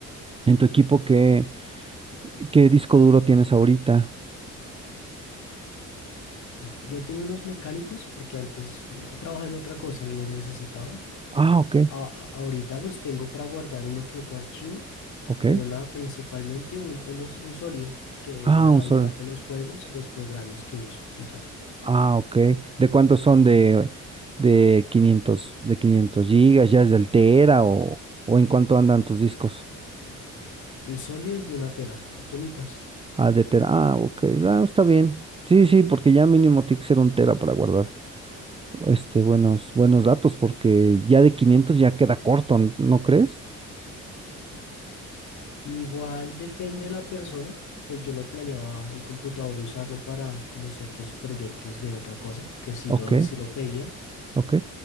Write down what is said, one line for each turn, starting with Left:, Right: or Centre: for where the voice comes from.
Right: en tu equipo, ¿qué, qué disco duro tienes ahorita?
Left: Yo tenía unos mecánicos porque antes mm, trabajaba en otra cosa, los necesitaba.
Right: Ah, ok,
Left: A- ahorita los tengo para guardar uno que otro archivo,
Right: ok.
Left: pero nada, principalmente un, unos- un sólido, que
Right: Ah,
Left: nada,
Right: un solo.
Left: y guardo los juegos y los programas que uso y ya.
Right: Ah, ok. ¿De cuántos son de, de 500? de 500 gigas? ¿Ya es del Tera o, o en cuánto andan tus discos?
Left: El sólido es de una tera, apenitas.
Right: Ah, de Tera. Ah, ok. Ah, está bien. Sí, sí, porque ya mínimo tiene que ser un Tera para guardar este, buenos, buenos datos, porque ya de 500 ya queda corto, ¿n- ¿no crees?
Left: Igual depende de la persona, pues yo lo planeaba el computador usarlo para como ciertos proyectos de otra cosa, que sí
Right: Ok,
Left: lo, sí lo pedía,
Right: ok,